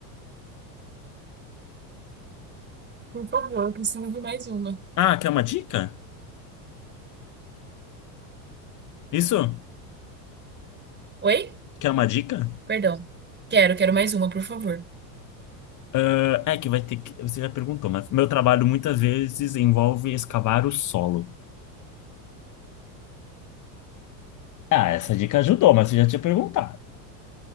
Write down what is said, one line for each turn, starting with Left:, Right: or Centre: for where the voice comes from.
Right: Por favor, eu preciso de mais uma.
Left: Ah, quer uma dica? Isso?
Right: Oi?
Left: Quer uma dica?
Right: Perdão. Quero, quero mais uma, por favor.
Left: Ah, é que vai ter que, você já perguntou, mas meu trabalho muitas vezes envolve escavar o solo. Ah, essa dica ajudou, mas você já tinha perguntado.